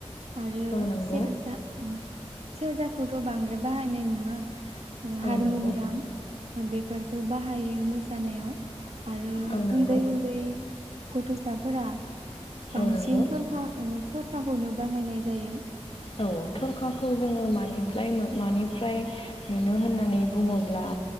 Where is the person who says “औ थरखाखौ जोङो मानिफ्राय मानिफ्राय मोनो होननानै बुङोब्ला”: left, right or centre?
Left